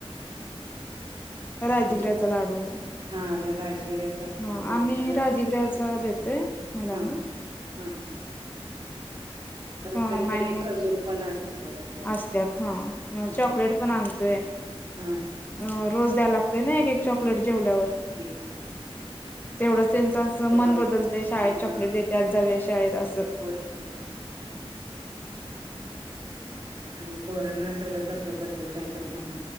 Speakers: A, on the left (about 20°); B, on the right (about 50°).
A: राजीगऱ्याचा
B: मग
A: लाडू
B: हा राजगिऱ्याचा असतोय
A: ह.
B: कधी
A: आम्ही
B: तर
A: राजीगऱ्याचा देतोय, मुलांना
B: हा. हा. परत
A: अ
B: कधी
A: नाही
B: कधी
A: मग
B: खजुर पण असतेत वाटत.
A: असत्यात हा मग
B: हा.
A: चॉकलेट पण आणतोय.
B: हा.
A: अ रोज द्याय लागते ना, एक एक चॉकलेट जेवल्यावर.
B: के
A: तेवढंच त्यां तसं
B: तेवढं
A: मन बदलतय. शाळेत
B: हा हा
A: चॉकलेट देत्यात, जाऊया शाळेत असं
B: होय की आणि पोरोना तेवढंच आपलं बदल काय तर म्हणा.